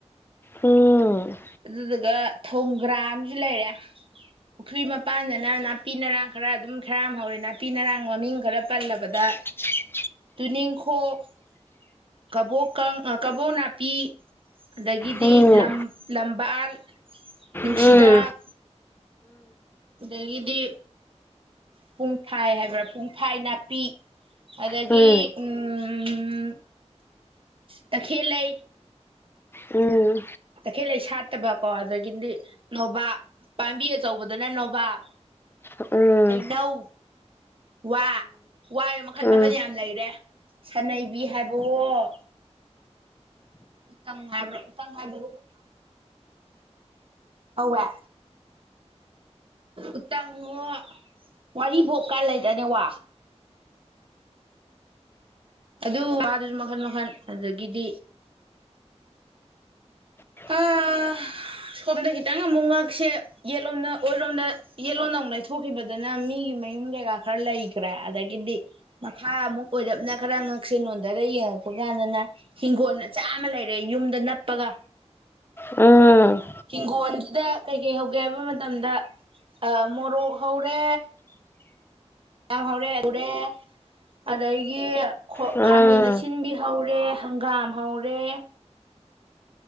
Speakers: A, on the left (about 20°); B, on the right (about 50°).
A: ꯎꯝ
B: ꯑꯗꯨꯗꯨꯒ ꯊꯣꯡꯒ꯭ꯔꯥꯝ ꯑꯃꯁꯨ ꯂꯩꯔꯦ ꯄꯨꯈ꯭ꯔꯤ ꯃꯄꯥꯟꯗꯅ ꯅꯥꯄꯤ ꯅꯔꯥꯡ ꯈꯔ ꯑꯗꯨꯝ ꯈꯔ ꯑꯃ ꯍꯧꯔꯦ ꯅꯥꯄꯤ ꯅꯔꯥꯡ ꯃꯃꯤꯡ ꯈꯔ ꯄꯜꯂꯕꯗ
A: <unintelligible>
B: ꯇꯨꯅꯤꯡꯈꯣꯛ ꯀꯕꯣꯛ ꯀꯪ ꯀꯕꯣꯛ ꯅꯥꯄꯤ ꯑꯗꯒꯤꯗꯤ
A: ꯎꯝ
B: ꯂꯝ ꯂꯝꯕꯥꯜ ꯅꯨꯡꯁꯤꯗꯥꯛ
A: ꯎꯝ
B: ꯑꯗꯒꯤꯗꯤ ꯄꯨꯡꯐꯥꯏ ꯍꯥꯏꯕ꯭ꯔꯥ ꯄꯨꯡꯐꯥꯏ ꯅꯥꯄꯤ ꯑꯗꯒꯤ
A: ꯎꯝ
B: ꯎꯝ ꯇꯈꯦꯜ ꯂꯩ
A: ꯎꯝ ꯎꯝ
B: ꯇꯈꯦꯜ ꯂꯩ ꯁꯥꯠꯇꯕꯀꯣ ꯑꯗꯒꯤꯗꯤ ꯅꯣꯕꯥꯞ ꯄꯥꯝꯕꯤ ꯑꯆꯧꯕꯗꯅ ꯅꯣꯕꯥꯞ
A: ꯎꯝ
B: ꯍꯩꯅꯧ ꯋꯥ ꯋꯥ ꯃꯈꯜ
A: ꯎꯝ ꯎꯝ
B: ꯃꯈꯜ ꯌꯥꯝ ꯂꯩꯔꯦ ꯁꯅꯩꯕꯤ ꯍꯥꯏꯕꯋꯣ ꯎꯇꯪ ꯍꯥꯏꯕ꯭ꯔ ꯎꯇꯪ ꯍꯥꯏꯕ꯭ꯔꯣ ꯍꯧꯌꯦ ꯎꯇꯪꯉꯣ ꯋꯥꯔꯤꯕꯣꯞ ꯂꯩꯏꯗꯥꯏꯅꯦ ꯋꯥ ꯑꯗꯨ ꯋꯥꯗꯨꯁꯨ ꯃꯈꯟ ꯃꯈꯟ ꯑꯗꯒꯤꯗꯤ
A: <inaudible>
B: ꯑꯥ ꯁꯣꯝꯗ ꯈꯤꯇꯪ ꯑꯃꯨꯛ ꯉꯛꯁꯦ ꯌꯦꯠꯂꯣꯝꯗ ꯑꯣꯏꯔꯣꯝꯗ ꯌꯦꯠꯂꯣꯗ ꯑꯃꯨꯛ ꯂꯩꯊꯣꯛꯈꯤꯕꯗꯅ ꯃꯤꯒꯤ ꯃꯌꯨꯝ ꯀꯩꯀꯥ ꯈꯔ ꯂꯩꯈ꯭ꯔꯦ ꯑꯗꯒꯤꯗꯤ ꯃꯈꯥ ꯑꯃꯨꯛ ꯑꯣꯏꯔꯞꯅ ꯈꯔ ꯉꯛꯁꯦ ꯅꯣꯟꯗꯔ ꯌꯦꯡꯉꯛꯄ ꯀꯥꯟꯗꯅ ꯍꯤꯡꯒꯣꯜ ꯑꯆꯥ ꯑꯃ ꯂꯩꯔꯦ ꯌꯨꯝꯗ ꯅꯞꯄꯒ
A: ꯎꯝ
B: ꯍꯤꯡꯒꯣꯟꯁꯤꯗ ꯀꯩ ꯀꯩ ꯍꯧꯒꯦ ꯍꯥꯏꯕ ꯃꯇꯝꯗ ꯑ ꯃꯣꯔꯣꯛ ꯍꯧꯔꯦ ꯌꯥꯝ ꯍꯧꯔꯦ ꯎꯔꯦ ꯑꯗꯒꯤ ꯈꯣ
A: ꯎꯝ
B: ꯈꯥꯃꯦꯟ ꯁꯤꯟꯕꯤ ꯍꯧꯔꯦ ꯍꯪꯒꯥꯝ ꯍꯧꯔꯦ